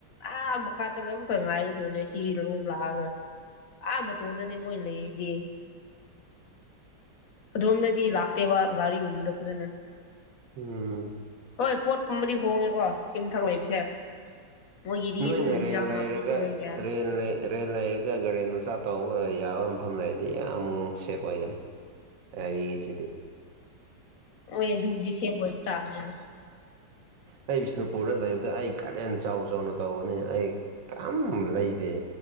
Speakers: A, on the left; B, on the right.
A: ꯑꯥ ꯃꯈꯥ ꯆꯠ ꯂꯝꯗ ꯉꯥꯏꯔꯤꯗꯨꯅꯤ ꯁꯤꯔꯣꯝ ꯂꯥꯛꯑꯒ ꯑꯥ ꯃꯇꯣꯟꯗꯅꯦ ꯃꯣꯏ ꯂꯩꯔꯤꯗꯤ ꯑꯗꯣꯝꯗꯗꯤ ꯂꯥꯛꯇꯦꯕ ꯒꯥꯥꯔꯤꯒꯨꯝꯕꯗꯦ ꯐꯖꯅ
B: ꯎꯝ
A: ꯍꯣꯏ ꯄꯣꯠꯀꯨꯝꯕꯗꯤ ꯍꯣꯡꯉꯦꯀꯣ ꯁꯤ ꯃꯊꯛ ꯂꯩꯕꯁꯦ ꯃꯣꯏꯒꯤꯗꯤ
B: ꯅꯣꯏꯅ
A: ꯑꯗꯨꯝ ꯍꯤꯟꯖꯥꯡ
B: ꯔꯦꯜ ꯂꯩꯔꯒ
A: ꯅꯥꯄꯤꯁꯨ ꯂꯩꯕ ꯌꯥꯏ
B: ꯔꯦꯜ ꯂꯩ ꯔꯔꯦꯟ ꯂꯩꯔꯒ ꯒꯥꯔꯤꯦꯟ ꯃꯆꯥ ꯇꯧꯕ ꯌꯥꯕ ꯃꯐꯝ ꯂꯩꯔꯗꯤ ꯌꯥꯝ ꯁꯦꯞ ꯑꯣꯏꯒꯅꯤ ꯍꯥꯏꯕꯤꯒꯦꯁꯤꯗꯤ
A: ꯑꯣꯢ ꯑꯗꯨꯒꯤ ꯁꯦꯞ ꯑꯣꯏ ꯇꯥꯕꯅꯤꯅꯦ
B: ꯑꯩ ꯕꯤꯁꯅꯨꯄꯨꯔꯗ ꯂꯩꯕꯗ ꯑꯩ ꯀꯠ ꯍꯦꯟ ꯆꯥꯎ ꯆꯥꯎꯅ ꯇꯧꯕꯅꯤ ꯑꯩ ꯀꯝ ꯂꯩꯗꯦ